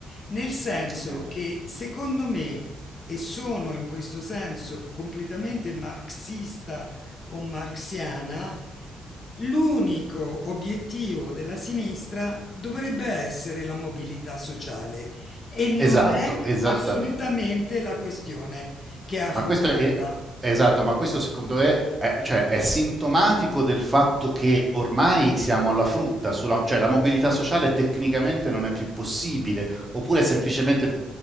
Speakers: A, on the left; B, on the right.
A: nel senso
B: Sì.
A: che secondo me, e sono in questo senso completamente marxista o marxiana, L'unico obiettivo della sinistra dovrebbe essere la mobilità sociale, e non
B: Esatto,
A: è
B: esattamente.
A: assolutamente la questione che è affrontata.
B: Ma questo è, esatto, ma questo secondo te è, cioè, è sintomatico del fatto che ormai siamo alla frutta, sulla- cioè la mobilità sociale tecnicamente non è più possibile, oppure è semplicemente